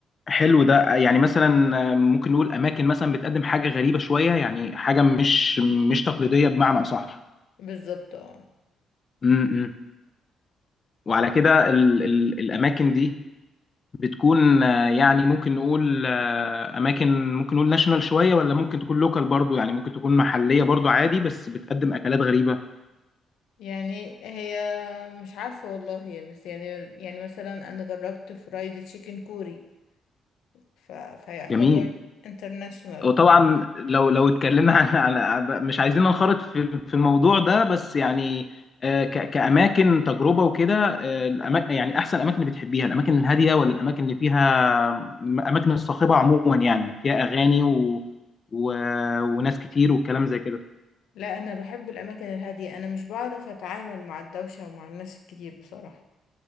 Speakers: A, on the left; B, on the left.
A: حلو ده يعني مثلا آه، ممكن نقول اماكن مثلا بتقدم حاجه غريبه شويه يعني حاجه مش مش تقليديه بمعنى اصح
B: بالظبط اه
A: م- م. وعلى كده ال ال الاماكن دي بتكون آه، يعني ممكن نقول آه، اماكن ممكن نقول ناشونال شويه ولا ممكن تكون لوكال برضو يعني ممكن تكون محليه برضو عادي بس بتقدم اكلات غريبه
B: يعني هي مش عارفة والله هي بس يعني يعني مثلا أنا جربت فرايد تشيكن كوري ف... فيعتبر
A: جميل
B: انترناشونال
A: وطبعا لو لو اتكلمنا <laughs> عن عن- مش عايزين ننخرط في في الموضوع ده بس يعني آه، ك- كاماكن تجربه وكده الاماكن يعني احسن اماكن بتحبيها الاماكن الهاديه ولا الاماكن اللي فيها الاماكن الصاخبه عموما يعني فيها اغاني و... و... وناس كتير والكلام زي كده
B: لا أنا بحب الأماكن الهادية أنا مش بعرف أتعامل مع الدوشة ومع الناس الكتير بصراحة